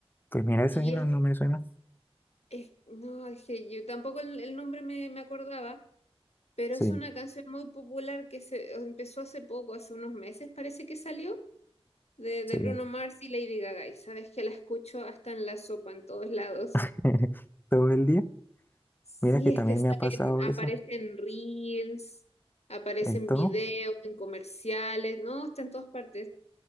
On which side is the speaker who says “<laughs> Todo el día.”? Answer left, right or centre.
Left